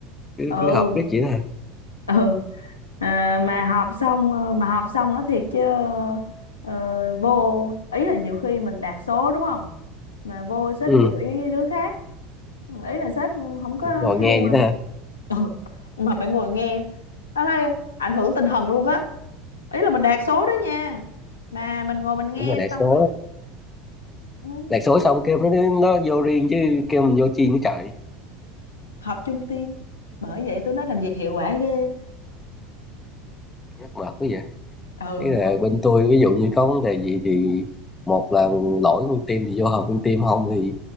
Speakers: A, on the left; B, on the left.
A: cứ
B: ừ
A: cứ họp riết vậy đó hả
B: ừ à, mà họp xong mà họp xong nó thiệt chứ ờ, vô ý là nhiều khi mình đạt số đúng không mà vô sếp
A: ừ
B: chửi đứa khác ý là sếp không có
A: cũng ngồi
B: khen
A: nghe vậy
B: mình
A: đó hả
B: ừ. mà phải ngồi nghe đó đây ảnh hưởng tinh thần luôn á ý là mình đạt số đó nha mà mình ngồi mình nghe
A: ủa mà đại
B: xong
A: số
B: rồi ừ.
A: đại số xong kêu mấy đứa nó vô riêng chứ kêu mình vô chi nữa trời
B: họp chung team bởi vậy tôi nói làm việc hiệu quả ghê
A: mắc mệt quá vậy
B: ừ
A: ý là bên tôi ví dụ như có vấn đề gì thì một là lỗi nguyên team thì vô họp nguyên team không thì